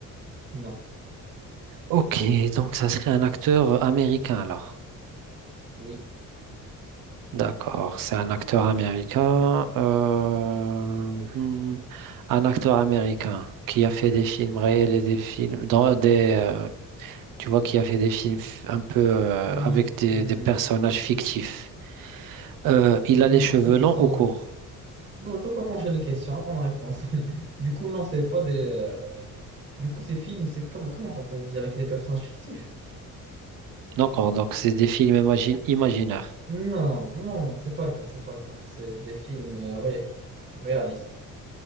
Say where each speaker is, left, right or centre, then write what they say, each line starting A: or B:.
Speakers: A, on the right; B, on the right.
A: Non,
B: Ok, donc ça serait un acteur américain alors.
A: oui.
B: D'accord, c'est un acteur américain. euh, hmm, un acteur américain qui a fait des films réels et des films dans des, euh, tu vois, qui a fait des films f- un peu euh,
A: Hmm,
B: avec des,
A: hmm.
B: des personnages fictifs.
A: Les-
B: Euh, il
A: non,
B: a les cheveux
A: ceux qui
B: longs
A: sont...
B: ou courts.
A: Non, mais pourquoi t'enchaînes les questions? Attends ma réponse. <laughs> Du coup, non, c'est pas des. euh, Du coup, ces films, c'est comment, comment ça, c'est-à-dire avec des personnages fictifs?
B: D'accord, donc c'est des films imagine, imaginaires.
A: Non, non, non, c'est pas le cas, c'est pas le cas. C'est des films euh, réels, réalistes,